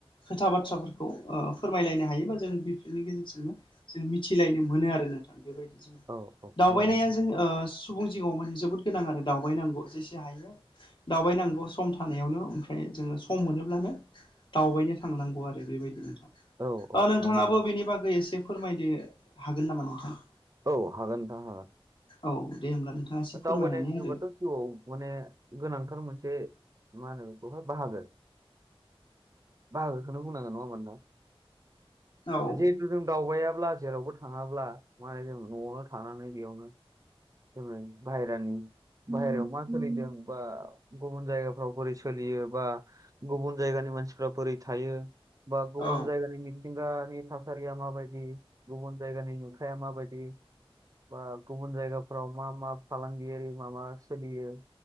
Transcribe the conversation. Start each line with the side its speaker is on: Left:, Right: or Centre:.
Left: खोथा बाथ्राफोरखौ फोरमायलायनो हायो बा जों बिफोरलनि गेजेरजोंनो जों मिथिलायनो मोनो आरो नोंथां। बेबायदि जोंङो
Right: औ औ
Left: दावबायनाया
Right: नंगौ
Left: जों सुबुं जिगाङाव माने जोबोद गोनां आरो दावबायनांगौ जेसे हायो दावबायनांगौ सम थानायावनो ओमफ्राय जोंङो सम मोनोब्लानो दावबायनो थांनांगौ आरो बेबायदि
Right: औ औ
Left: ओ नोंथाङाबो
Right: नंगौ
Left: बेनि बागै एसे फोरमायनो हागोन नामा नोंथां?
Right: औ हागोन नोंथां हागोन।
Left: औ दे होमब्ला नोंथाङा एसे फोरमायनानै
Right: दावबायनाय होनबाथ'
Left: होदो
Right: जिउआव माने गोनांथार मोनसे मा होनो बेवहाय बाहागो बाहागोखौनो बुंनांगोन नङा होनबा नोंथां?
Left: औ
Right: जे जों दावबायाब्ला जेरावबो थाङाब्ला माने जों न'आवनो थानानै बेयावनो <unintelligible> बाहेरानि बाहेरायाव मा सोलिदों बा गुबुन जायगाफ्राव बोरै सोलियो बा गुबुन जायगानि मानसिफ्रा बोरै थायो बा गुबुन
Left: औ
Right: जायगानि मिथिंगानि थासारिया माबायदि गुबुन जायगानि नुथाया माबायदि बा गुबुन जायगाफ्राव मा मा फालांगियारि मा मा सोलियो